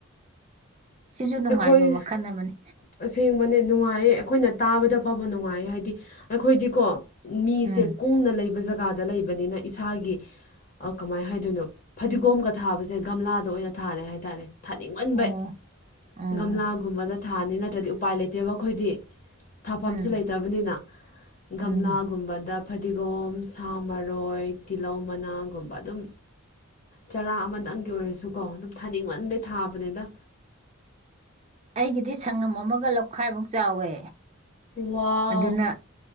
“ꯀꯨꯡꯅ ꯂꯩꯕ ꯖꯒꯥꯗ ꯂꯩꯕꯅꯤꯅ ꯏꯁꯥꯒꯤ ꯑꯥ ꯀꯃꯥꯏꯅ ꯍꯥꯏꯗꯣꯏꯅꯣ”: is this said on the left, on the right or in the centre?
Left